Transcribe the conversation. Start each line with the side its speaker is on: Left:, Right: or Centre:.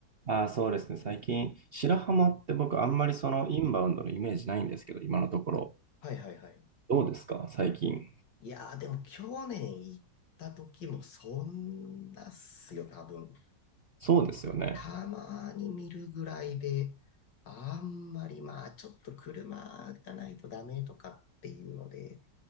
Right: あ、そうですね。最近、白浜って僕あんまりそのインバウンドのイメージないんですけど、今のところ。
Left: はいはいはい。
Right: どうですか最近。
Left: いやーでも去年行った時もそんなっすよ、多分。
Right: そうですよね。
Left: たまに見るぐらいで、あんまりまあ、ちょっと車がないとダメとかっていうので、